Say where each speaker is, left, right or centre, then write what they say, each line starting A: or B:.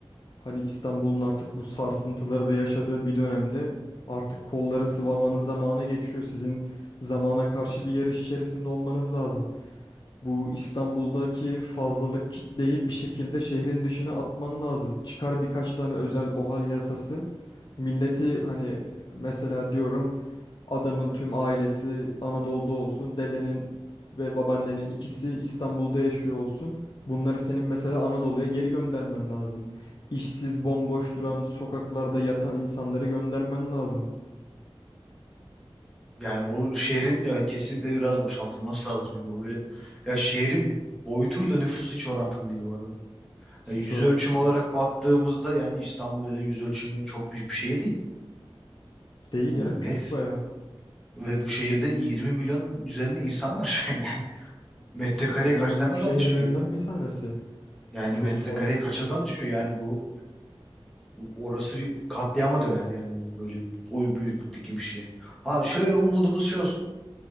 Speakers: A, on the left; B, in the centre.
A: hani İstanbul'un artık bu sarsıntıları da yaşadığı bir dönemde artık kolları sıvamanın zamanı geçiyor. Sizin zamana karşı bir yarış içerisinde olmanız lazım. Bu İstanbul'daki fazlalık kitleyi bir şekilde şehrin dışına atman lazım. Çıkar birkaç tane özel OHAL yasası. Milleti hani mesela diyorum adamın tüm ailesi Anadolu'da olsun. Dedenin ve babaannenin ikisi İstanbul'da yaşıyor olsun. Bunları senin mesela Anadolu'ya geri göndermen lazım. İşsiz, bomboş duran, sokaklarda yatan insanları göndermen lazım.
B: Yani o şehrin evet kesinlikle biraz boşaltılması lazım. Yani böyle ya şehrin boyutuyla nüfusu hiç orantılı değil bu arada.
A: Hiç
B: E, yüz
A: orantılı
B: ölçümü olarak baktığımızda yani İstanbul öyle yüz ölçümü çok büyük bir şehir değil.
A: değil
B: Bu
A: ya, küçük
B: net.
A: baya.
B: Ve bu şehirde 20 milyon üzerinde insan var şu an <laughs> yani. Metrekareye
A: Ya dünyanın
B: kaç
A: en
B: tane
A: büyük
B: adam
A: şehirlerinden
B: düşüyor?
A: bir tanesi
B: Yani
A: nüfus
B: metrekareye
A: bazlı.
B: kaç adam düşüyor? Yani bu bu- orası bir katliama döner yani bu böyle bir oy büyüklükteki bir şey. Ha şöyle umudumuz şey olsun.